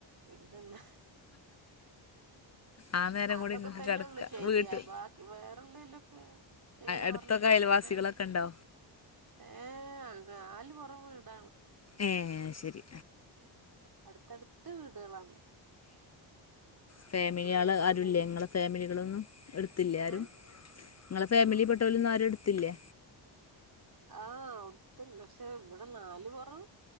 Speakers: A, on the right; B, on the left.
A: എൻ്റെ അള്ള
B: ആ നേരം
A: അതൊക്കെ
B: കൂടി ഇങ്ങക്ക്
A: തന്നേ
B: കിടക്ക
A: ഉള്ളൂ ചെയ്യ
B: വീട്ട്
A: ബാക്കി വേറെ ന്തലൊക്കെ ചെയ്യാൻ
B: അടുത്തൊക്കെ
A: പറഞ്ഞ ഭയങ്കര
B: അയൽവാസികളൊക്കെ
A: മടിയ.
B: ഉണ്ടോ
A: ഏ കാല് പുറമ ഇട
B: ഏ ശരി.
A: അടുത്തടുത്ത വീടുകളാണ്.
B: ഫാമിലിയള്
A: ഈ ജനലിന്റെ
B: ആരുല്ല
A: ഉള്ളില്
B: ങ്ങളെ ഫാമിലികളൊന്നും അടുത്തില്ലേ ആരും?
A: ഏഹ്
B: നിങ്ങളെ ഫാമിലി പെട്ടലൊന്നും ആരും എടുത്തില്ലേ?
A: ആ അവിടുത്തെ പക്ഷെ ഇവിടെ നാല് പുറം